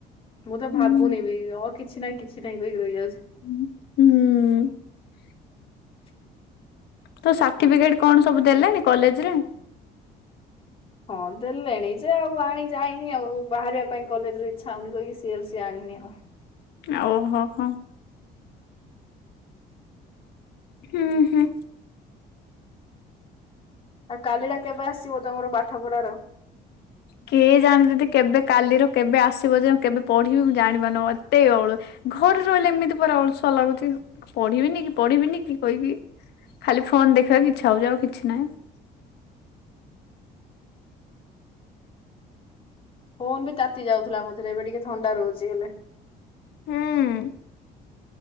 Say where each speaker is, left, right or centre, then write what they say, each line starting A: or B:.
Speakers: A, on the left; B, on the left.
A: ମୁଁ ତ
B: ହୁଁ
A: ଭାବୁନି ବି, ଆଉ କିଛି ନାହିଁ, କିଛି ନାହିଁ, କହିକି ରହିଯାଉଛି
B: ହୁଁ <unintelligible>
A: <unintelligible>
B: ତ ସାର୍ଟିଫିକେଟ କଣ ସବୁ ଦେଲେଣି କଲେଜରେ?
A: ହଁ ଦେଲେଣି ଯେ -ଆଉ ଆଣି ଯାଇନି ଆଉ ବାହାରିବା ପାଇଁ କଲେଜ ର ଇଛା ହଉନି କହିକି, ସିଏଲ ସ ଆଣିନି ଆଉ।
B: ଆଉ ହ ହ ହୁଁ ହୁଁ
A: ଆଉ କାଲି ଟା କେବେ ଆସିବ ତମର ପାଠପଢ଼ାର।
B: କିଏ ଜାଣେ ଦିଦି କେବେ କାଲିରୁ କେବେ ଆସିବ ଯେ କେବେ ପଢିବି ମୁ ଜାଣିବା ନ ଏତେ ଅଳୁ ଘରେ ରହିଲେ ଏମିତି ପ ଅଳସୁଆ ଲାଗୁଛି ପଢିବିନି କି। ପଢିବିନି କି କହିକି, ଖାଲି ଫୋନ ଦେଖିବାକୁ ଇଛା ହଉଛି ଆଉ କିଛି ନାହିଁ। <inaudible>
A: ଫୋନ ବି ତାତି ଯାଉଥିଲା ମଝିରେ, ଏବେ ଟିକେ ଥଣ୍ଡା ରହୁଛି ହେଲେ।
B: ହୁଁ ଉଁ